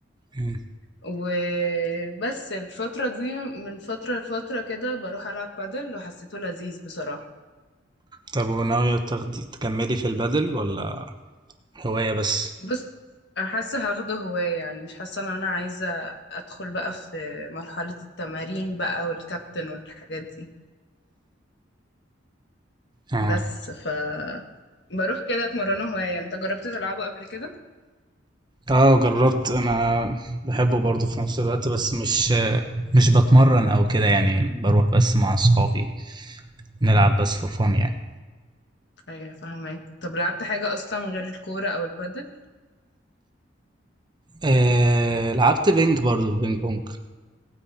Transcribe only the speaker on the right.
مم.
طب وناوية تاخدي تكملي في البادل ولا هواية بس
اه
اه جربت انا بحبه برضه في نفس الوقت بس مش مش بتمرن او كده يعني بروح بس مع اصحابي نلعب بس فور فun يعني
آه لعبت بينج برضه بينج بونج